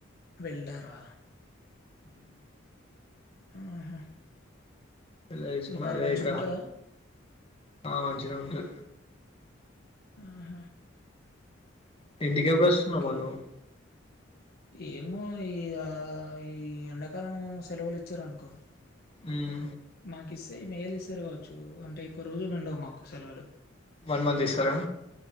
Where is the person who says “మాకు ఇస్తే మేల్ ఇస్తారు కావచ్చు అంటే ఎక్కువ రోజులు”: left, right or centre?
Left